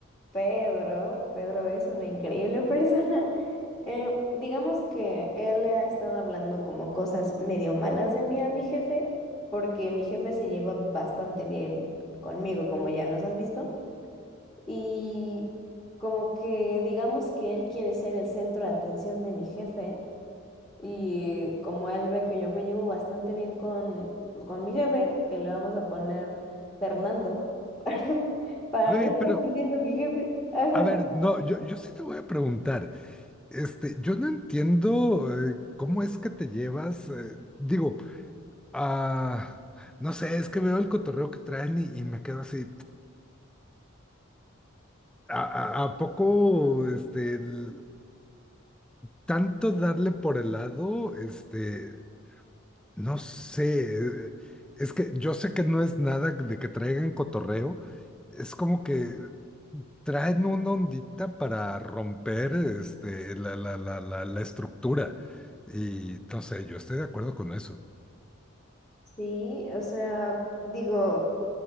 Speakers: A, on the left; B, in the centre.
A: Pedro, Pedro es una increíble <laughs> persona. Eh, digamos que él le ha estado hablando como cosas medio malas de mí a mi jefe, porque mi jefe se lleva bastante bien conmigo, como ya nos has visto. y como que digamos que él quiere ser el centro de atención de mi jefe y como él ve que yo me llevo bastante bien con, pues, con mi jefe, que le vamos a poner Fernando <laughs> para
B: Güey,
A: no estar
B: pero,
A: diciendo mi jefe. Ajá.
B: a ver, no, yo, yo sí te voy a preguntar, este, yo no entiendo eh, cómo es que te llevas, eh, digo, ah, no sé, es que veo el cotorreo que traen y, y me quedo así, ¿a, a, a poco, este, l- tanto darle por el lado, este... No sé, eh, es que yo sé que no es nada de que traigan cotorreo, es como que traen una ondita para romper este, la, la, la, la, la estructura. Y no sé, yo estoy de acuerdo con eso.
A: Sí, o sea, digo,